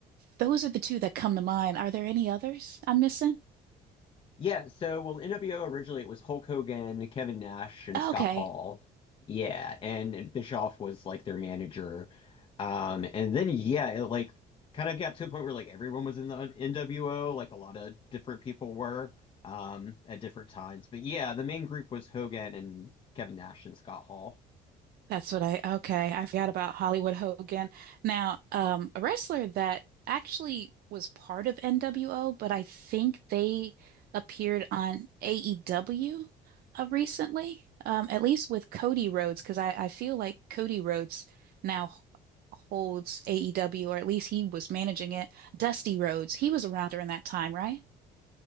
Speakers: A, on the right; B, on the left.
A: those are the two that come to mind. Are there any others I'm missing?
B: Yeah, so well, NWO originally it was Hulk Hogan, Kevin Nash, and
A: Okay.
B: Scott Hall. Yeah, and, and Bischoff was like their manager. Um, and then yeah, it like kind of got to a point where like everyone was in the NWO, like a lot of different people were um at different times. But yeah, the main group was Hogan and Kevin Nash and Scott Hall.
A: That's what I, okay. I forgot about Hollywood Hogan. Now, um, a wrestler that actually was part of NWO, but I think they appeared on AEW uh, recently, um, at least with Cody Rhodes, because I, I feel like Cody Rhodes now holds AEW, or at least he was managing it. Dusty Rhodes, he was around during that time, right?